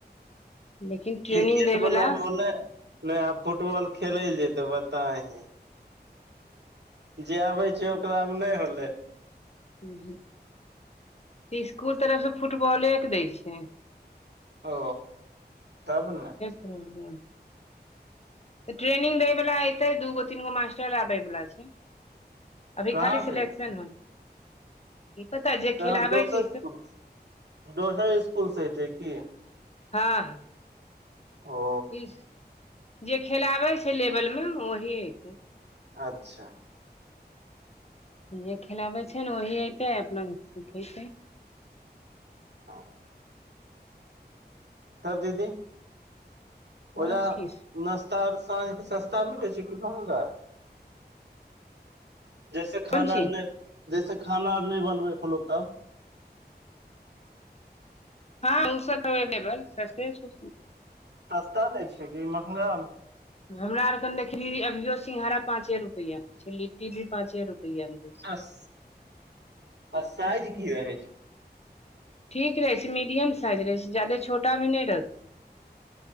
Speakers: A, on the left; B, on the right.
A: लेकिन
B: क्रिकेट
A: ट्रेनिंग दयवला
B: वला मोने नय आब फुटबॉल खेलै लए जेतै बताही। जे आबै छै ओकरा मे नै होलै।
A: उहूक इस्कुल तरफसँ फुटबॉलेके दै छै।
B: ओ तब न
A: ओ तऽ ट्रेनिंग दै वला ऐतै दूगो तीन गो मास्टर आबै बला छै। अभी
B: कहाँ
A: खाली सिलेक्शन
B: से एतै
A: होनी की पता जे
B: कहाँ
A: खेलाबै
B: दोसर
A: छै
B: ठां
A: से
B: से दोसर इस्कुल से ऐतै की।
A: हँ हँ
B: ओ
A: कीस जे खेलाबै छै लेवल मे ओही ऐतै।
B: अच्छा
A: जे खेलाबै छै न ओही अतै अपना सिखेतै।
B: ओ <unintelligible> तब दीदी
A: सब
B: ओजा
A: किछ
B: नाश्ता आर साँ के सस्ता भेटय छै कि महंगा। जैसे खाना
A: कोन चीज
B: आर नै जैसे खाना आर नै बनबै फलौ तब।
A: हँ उ सब हव केबल सस्ते छौ। <unintelligible>
B: सस्ता दै छै कि महंगा
A: हमरा आर केन देखबीही अभियो सिंंघारा पाचे रुपयें लिट्टी भी पाचे रुपया मे
B: अस साइज
A: छै
B: की रहैय छैइय।
A: ठीक रहै छैं मीडियम साइज रहै छै जादे छोटा मे न रहतौ।